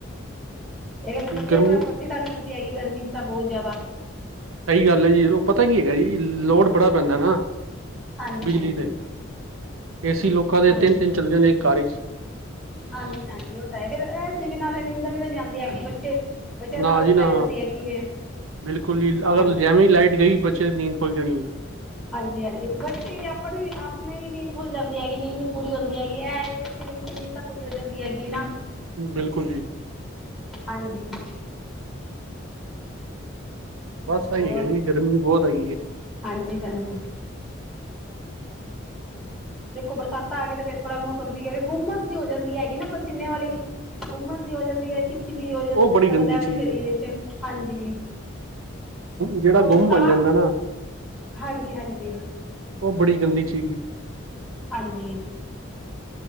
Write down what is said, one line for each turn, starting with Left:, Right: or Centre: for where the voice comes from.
Centre: <unintelligible> ਤਾੰਗ
Right: ਗਰਮੀ
Centre: ਕਰਦੀ ਹੈਗੀ ਗਰਮੀ ਚ ਤਾਂ ਬੋਤ ਜੈਦਾ।
Right: ਸਈ ਗਾੱਲ ਏ ਜੀ, ਓ ਪਤਾ ਕੀ ਹੈਗਾ ਜੀ, ਲੋੜ ਬੜਾ ਪੈਂਦਾ ਨਾ।
Centre: ਹਾਂਜੀ
Right: ਬਿਜਲੀ
Centre: ਹਾਂਜੀ
Right: ਤੇ, ਏਸੀ ਲੋਕਾਂ ਦੇ
Centre: ਹਾਂਜੀ
Right: ਤੇਨ, ਤੇਨ ਚੱਲਦੇ ਨੇ ਏਕ ਘਾੱਰ ਚ
Centre: ਹਾਂਜੀ, ਹਾਂਜੀ, ਓ ਤਾ ਹੈਈ, ਫੇਰ ਐਸੀ ਬਿਨਾਂ ਫੇਰ ਨੀਂਦਰ ਵੀ ਤਾਂ ਨੀ ਆਂਦੀ ਹੈਗੀ ਬੱਚੇ ਬੱਚਿਆਂ
Right: ਨਾ
Centre: ਨਾਲ ਆਦਤ
Right: ਜੀ ਨਾ,
Centre: ਪੈ ਜਾਂਦੀ ਹੈਗੀ ਏ
Right: ਬਿਲਕੁਲ ਜੀ ਅਗਰ
Centre: ਹਾਂ
Right: ਜੈਂਵੇ ਲਾਈਟ ਗਈ ਬੱਚੇ ਨੀਂਦ ਖੁੱਲ ਜਾਨੀ ਏ।
Centre: ਹਾਂਜੀ, ਹਾਂਜੀ। ਬੱਚੇ ਈ ਆਪਨੇ, ਆਪਨੇ ਈ ਨੀਂਦ ਖੁੱਲ ਜਾਂਦੀ ਹੈਗੀ ਨੀਂਦ ਪੂਰੀ ਹੋਂਦੀ ਹੈਗੀ ਐ ਏ <unintelligible> ਨੀੰਦ ਤਾਂ ਪੂਰੀ ਹੰ ਜਾਂਦੀ ਹੈਗੀ ਨਾ।
Right: ਬਿਲਕੁਲ ਜੀ।
Centre: ਹਾਂਜੀ।
Right: ਬਾੱਸ
Centre: ਹੋਰ
Right: ਐ ਈ ਹੈਗਾ ਜੀ, ਗਰਮੀ ਬੋਤ ਹੈਗੀ ਏ।
Centre: ਹਾਂਜੀ, ਹਾਂਜੀ। ਦੇਖੋ ਬਰਸਾਤਾਂ ਆਗੀ ਤੇ ਫੇਰ ਥੋੜਾ ਮੋਸਮ ਠੀਕ ਏ ਗੁੰਬਸ ਜੀ ਹੋ ਜਾਂਦੀ ਹੈਗੀ ਨਾ ਪਸੀਨੇ ਵਾਲੀ ਗੁੰਮਸ ਜੀ ਹੋ ਜਾਂਦੀ ਏ ਚ <unintelligible>
Right: ਉਹ ਬੜੀ
Centre: ਲੱਗਦਾ
Right: ਗੰਦੀ ਚੀਜ਼
Centre: ਏ ਸਰੀਰਚ,
Right: ਹੈ
Centre: ਹਾਂਜੀ।
Right: ਜੇੜਾ
Centre: ਉਹ
Right: ਗੋਮ
Centre: ਬਰਸਾਤ
Right: ਬਨ ਜਾਂਦਾ ਨਾ
Centre: ਹਾਂਜੀ, ਹਾਂਜੀ।
Right: ਓ ਬੜੀ ਗੰਦੀ ਚੀਜ਼ ਏ।
Centre: ਹਾਂਜੀ।